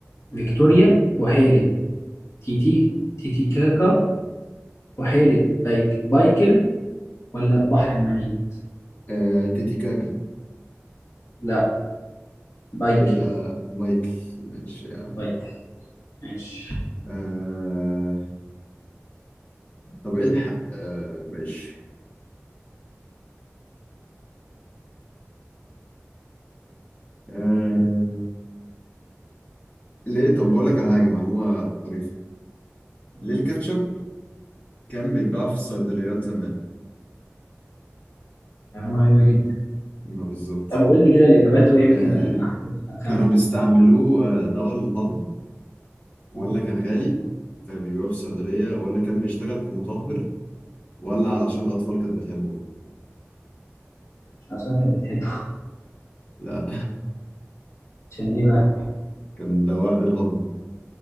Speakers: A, on the left; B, on the left.
A: فيكتوريا بحيرة تيتي تيتيكاكا بحيرة بايك بايكل ولا البحر الميت؟
B: آه، تيتيكاكا
A: لا بايكل
B: آه، يبقى مايكل ماشي يا عم
A: بايكل ماشي
B: آه، طب الحق آه، ماشي آه، ليه طب بقول لك على حاجة معلومة طريفة
A: قول
B: ليه
A: لي.
B: الكاتشب كان بيتباع في الصيدليات زمان
A: معلومة غريبة جدا
B: ما بالظبط
A: طب قول لي كده الإجابات ويمكن
B: آه،
A: أخمن
B: كانوا بيستعملوه آه، دواء للهضم ولا
A: آه،
B: كان غالي فبيبيعوه في الصيدلية ولا كان بيشتغل كمطهر ولا علشان الأطفال كانت بتحبه
A: عشان أسوأ كانت بتحبه
B: لا
A: عشان إيه بقى؟
B: <laughs> كان دواء للهضم